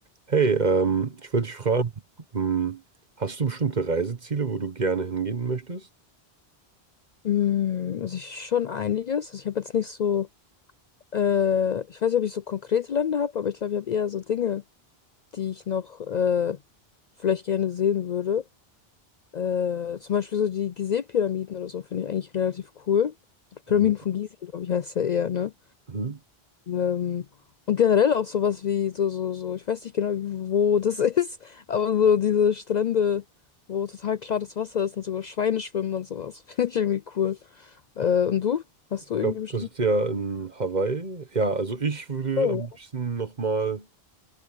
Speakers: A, on the right; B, on the left.
A: Hey, ähm, ich wollte dich fragen, ähm, hast du bestimmte Reiseziele, wo du gerne hingehen möchtest?
B: Mm, Also ich schon einiges. Also ich habe jetzt nicht so, äh, ich weiß nicht, ob ich so konkrete Länder habe, aber ich glaube, ich habe eher so Dinge, die ich noch äh, vielleicht gerne sehen würde. Äh, zum Beispiel so die Gizeh-Pyramiden oder so finde ich eigentlich relativ cool. Die Pyramiden
A: Mhm.
B: von Gizeh, glaube ich, heißt ja eher, ne?
A: Mhm.
B: Ähm, und generell auch sowas wie so, so, so, ich weiß nicht genau, wo das <laughs> ist, aber so diese Strände, wo total klares Wasser ist und sogar Schweine schwimmen und sowas, <laughs> finde ich irgendwie cool. Äh, und du? Hast
A: Ich
B: du irgendwie
A: glaube,
B: bestimmt?
A: das ist ja in Hawaii. Ja, also ich würde
B: Oh.
A: am liebsten nochmal